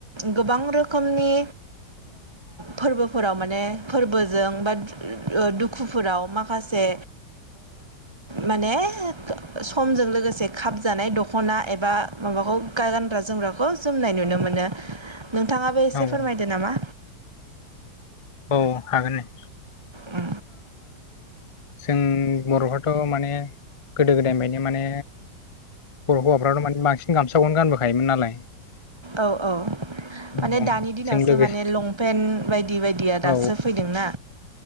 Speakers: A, on the right; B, on the left.
A: गोबां रोखोमनि फोरबोफोराव माने फोरबोजों बा दुखुफोराव माखासे माने समजों लोगोसे खखप जानाय दखना एबा माबाखौ गानग्रा जोमग्राखौ जोमनाय नुनो मोनो नोंथाङाबो एसे
B: औ
A: फोरमायदो
B: औ
A: नामा?
B: औ हागोन नदे।
A: उ
B: जों बर'फ्राथ' माने गोदो गोदायनिफ्रायायनो माने बर' हौवाफ्राथ' माने बांसिन गामसाखौनो गानबोखायोमोन नालाय
A: औ औ
B: औ
A: माने दानि दिनावसो
B: जों लोगोसे
A: माने लंपेन्ट बायदि बायदिया दासो
B: औ
A: फैदोंना